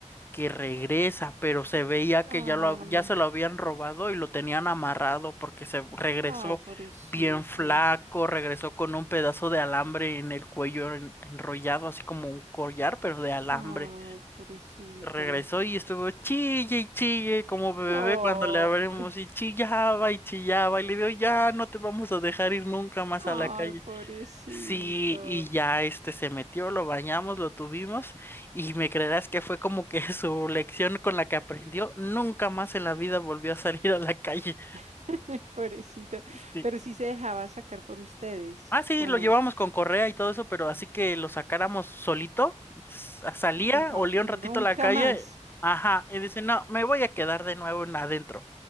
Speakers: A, on the left; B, on the right.
A: que regresa, pero se veía que
B: Ay.
A: ya lo, hab- ya se lo habían robado y lo tenían amarrado porque se regresó
B: Ah, pobrecito.
A: bien flaco, regresó con un pedazo de alambre en el cuello en- enrollado, así como un collar, pero de alambre.
B: Ay, pobrecito.
A: Regresó y estuvo chille y chille como bebé
B: Ay,
A: cuando le abrimos y chillaba y chillaba y le digo, ya no te vamos a dejar ir nunca más
B: ay,
A: a la calle.
B: pobrecito.
A: Sí, y ya este se metió, lo bañamos, lo tuvimos y me creerás que fue como que <laughs> su lección con la que aprendió, nunca más en la vida volvió a salir a la calle.
B: <laughs> Pobrecito.
A: Sí.
B: Pero sí se dejaba sacar por ustedes,
A: Ah, sí,
B: ¿o
A: lo
B: no?
A: llevamos con correa y todo eso, pero así que lo sacáramos solito, s- salía,
B: Dijo,
A: olía
B: nunca
A: un ratito la calle,
B: más.
A: ajá, y dice, no, me voy a quedar de nuevo en adentro.